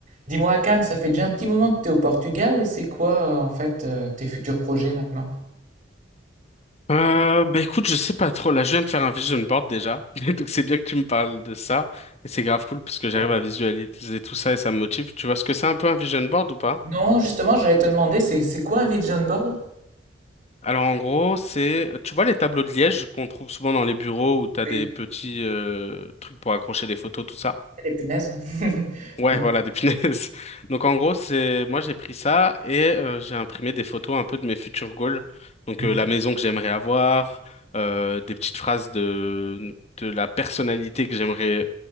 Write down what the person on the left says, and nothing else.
Euh, bah écoute, je sais pas trop. Là, je viens de faire un vision board déjà. <laughs> Donc c'est bien que tu me parles de ça. Et c'est grave cool parce que j'arrive
à visualiser tout ça et ça me motive. Tu vois ce que c'est un peu un vision board ou pas?
Alors en gros, c'est, tu vois les tableaux de liège qu'on trouve souvent dans les bureaux où t'as
des petits euh, trucs pour accrocher des photos, tout ça.
Ouais,
voilà, des punaises. <laughs> Donc en gros, c'est moi j'ai pris ça et euh, j'ai imprimé des photos un peu de mes futurs goals. Donc
euh, la maison que j'aimerais avoir, euh, des petites phrases de de la personnalité que j'aimerais